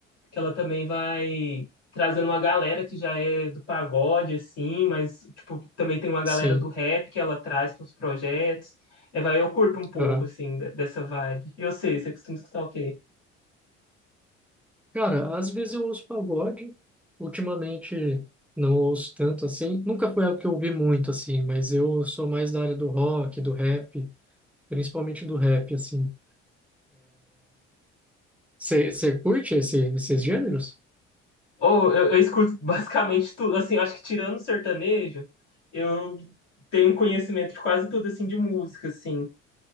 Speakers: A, on the left; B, in the centre.
A: que ela também vai trazendo uma galera que já é do pagode, assim, mas, tipo, também tem uma galera
B: Sim.
A: do rap que ela traz para os projetos. É, vai, eu curto um pouco,
B: aham.
A: assim, de- dessa vibe. E eu sei, você costuma escutar o quê?
B: Cara, às vezes eu ouço pagode, ultimamente não ouço tanto assim. Nunca foi algo que eu ouvi muito assim, mas eu sou mais da área do rock, do rap, principalmente do rap, assim. Você você curte esse- esses gêneros?
A: Ou eu, eu escuto <laughs> basicamente tudo, assim, acho que tirando o sertanejo, eu tenho um conhecimento de quase tudo, assim, de música, assim,